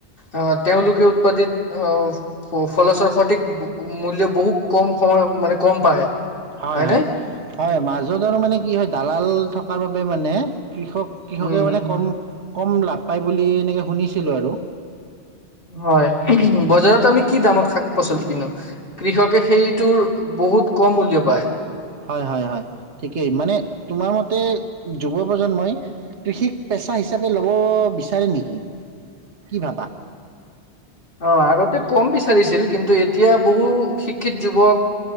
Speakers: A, on the left; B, on the right.
A: আহ তেওঁলোকে উৎপাদিত আহ ফলচৰ সঠিক মূল্য বহুত কম সময় মানে কম পায়।
B: হয়
A: হয়নে?
B: হয় হয় মাজত আৰু মানে কি হয় দালাল থকাৰ বাবে মানে কৃষক -কৃষকে
A: উম।
B: মানে কম -কম লাভ পায় বুলি এনেকে শুনিছে ছিলোঁ আৰু
A: হয় বজাৰত আমি কি দামত শাক পাচলি কিনো কৃষকে সেই বহুত কম মূল্য পায়।
B: হয়- হয় - হয় ঠিকেই মানে তোমাৰ মতে যুৱপজন্মই কৃষিক পেচা হিচাপে ল'ব বিচাৰে নেকি কি ভাবা?
A: অ ', আগতে কম বিচাৰিছিল কিন্তু এতিয়া বহু শিক্ষিত যুৱক